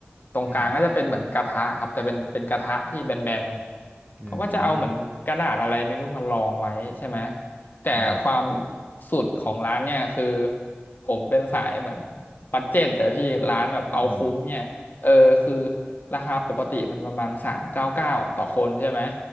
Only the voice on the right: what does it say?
อืมอืม
อืม
อืม